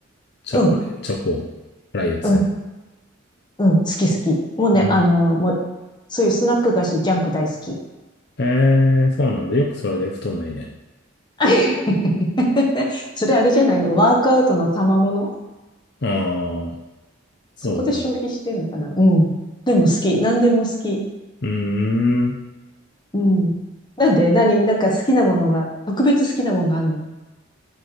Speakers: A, on the left; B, on the left.
A: チョコレ、
B: うん、
A: チョコ、辛いやつ。
B: うん、うん、好き好き。もうね、
A: うん。
B: あの、もう、そういうスナック菓子、ジャンク大好き。
A: えー、そうなんだ。よくそれで太んないね。
B: <laughs> それあれじゃないのワークアウトの賜物
A: ああ、そうだね。
B: そこで消費してんのかなうん。でも好き。何でも好き。
A: うーん。
B: うん。なんで何なんか好きなものが、特別好きなものがあるの